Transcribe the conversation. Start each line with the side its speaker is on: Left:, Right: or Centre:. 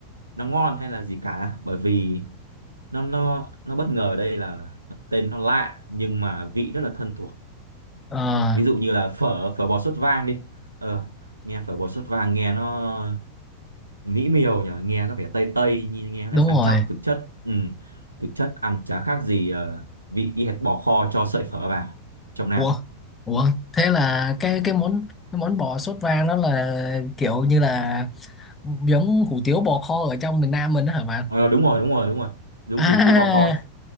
Right: nó ngon hay là gì cả bởi vì nó nó nó bất ngờ ở đây là tên nó lạ nhưng mà vị rất là thân thuộc
Left: Ờ,
Right: ví dụ như là phở phở bò sốt vang đi ờ nghe phở bò sốt vang nghe nó mỹ miều nhỉ nghe có vẻ tây tây nhìn nghe có
Left: đúng
Right: vẻ sang
Left: rồi.
Right: trọng thực chất ừ. thực chất ăn chả khác gì ờ, vị y hệt bò kho cho sợi phở vào trong Nam
Left: Ủa, ủa, thế là cái cái món cái món bò sốt vang đó là kiểu như là giống hủ tiếu bò kho ở trong miền Nam mình đó hả bạn?
Right: ờ, đúng rồi đúng rồi đúng rồi đúng
Left: À,
Right: hủ tiếu bò kho